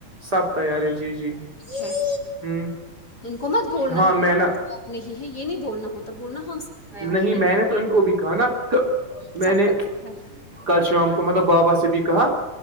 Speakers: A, on the right; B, on the left.
A: سب تیار ہے جی جی
B: ہےھ
A: ہ
B: ان کو مت بولنا
A: ہاں
B: ہے
A: میں
B: کہ کوئی
A: نا
B: تیار نہیں ہے یہ نہیں بولنا ہوتا بولنا ہاں اس تیار
A: نہیں
B: ہے یہ
A: میں نے ان کو بھی کہا نا
B: سب
A: میں نے
B: تیار ہے
A: کل شام کو مطلب بابا سے بھی کہا